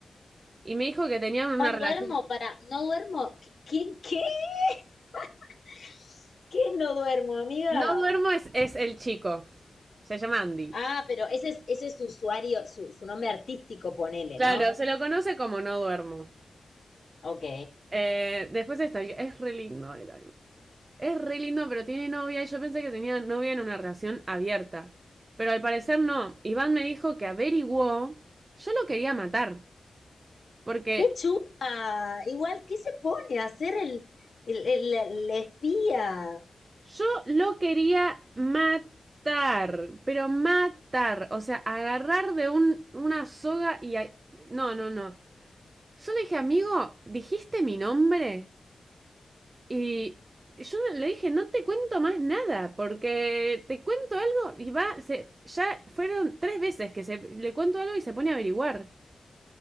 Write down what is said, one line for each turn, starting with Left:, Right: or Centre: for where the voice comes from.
Right: Y me dijo que tenían una
Left: No duermo
Right: relación.
Left: para, no duermo. ¿Qué, qué? ¿Qué <laughs> ¿Qué es no duermo, amiga?
Right: No duermo es, es el chico. Se llama Andy.
Left: Ah, pero ese es, ese es su usuario, su, su nombre artístico, ponele,
Right: Claro,
Left: ¿no?
Right: se lo conoce como no duermo.
Left: Ok.
Right: Eh, después está, es re lindo el Es re lindo, pero tiene novia y yo pensé que tenía novia en una relación abierta. Pero al parecer no. Iván me dijo que averiguó. Yo lo quería matar. Porque
Left: ¡Qué chuma! Igual, ¿qué se pone a hacer el, el, el- el espía?
Right: yo lo quería matar. Pero matar. O sea, agarrar de un, una soga y... No, no, no. Yo le dije, amigo, dijiste mi nombre y yo le dije, no te cuento más nada, porque te cuento algo y va, se, ya fueron tres veces que se, le cuento algo y se pone a averiguar.